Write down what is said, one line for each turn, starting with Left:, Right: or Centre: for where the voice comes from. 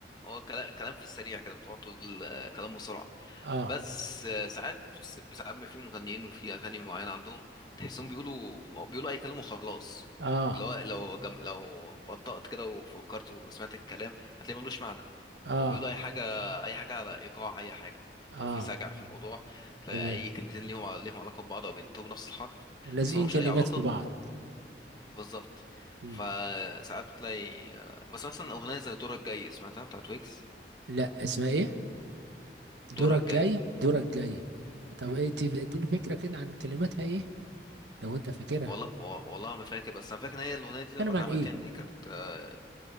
Left: هو كلا- كلام في السريع كده بتقعد تقول آه، كلام بسرعه
Right: اه
Left: بس آه، ساعات ساعات ما في مغنيين وفي اغاني معينه عندهم تحسهم بيقولوا بيقولوا اي كلام وخلاص
Right: اه
Left: اللي هو لو جم... لو بطأت كده وفكرت وسمعت الكلام هتلاقي ملوش معنى
Right: اه
Left: هو بيقولوا اي حاجه اي حاجه على ايقاع اي حاجه
Right: اه
Left: لو في سجع في الموضوع تلاقي
Right: تمام
Left: اي كلمتين ليهم ليهم علاقه ببعض او بينتهوا بنفس الحرف
Right: لازقين
Left: بس ملهمش
Right: كلمات
Left: اي علاقه
Right: في بعض
Left: بالظبط
Right: مم.
Left: فساعات بتلاقي آه، بس مثلا اغنيه زي دورك جاي سمعتها بتاعت ويكس
Right: لا اسمها ايه دورك
Left: دورك
Right: جاي
Left: جاي
Right: دورك جاي طب ايه انت اديني فكرة كده عن كلماتها ايه لو انت فاكرها
Left: والله والله ما فاكر بس انا فاكر ان هي الاغنيه دي لما
Right: بتتكلم
Left: اتعملت
Right: عن ايه
Left: يعني دي كانت آه،